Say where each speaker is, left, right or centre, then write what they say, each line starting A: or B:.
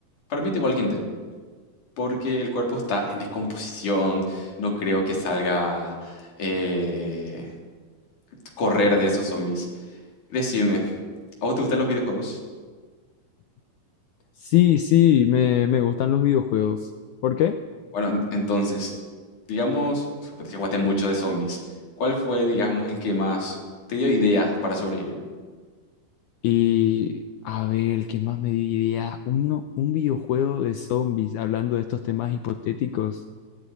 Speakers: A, on the left; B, on the left.
A: para mí es igual que Intel, porque el cuerpo está en descomposición, no creo que salga eh, correr de esos zombies. Decime, ¿a vos te gustan los videojuegos?
B: Sí, sí, me, me gustan los videojuegos. ¿Por qué?
A: Bueno, en- entonces, digamos, o sea, te jugaste mucho de zombies. ¿Cuál fue, digamos, el que más te dio ideas para sobrevivir?
B: Y, a ver, ¿qué más me diría? Uno, un videojuego de zombies, hablando de estos temas hipotéticos,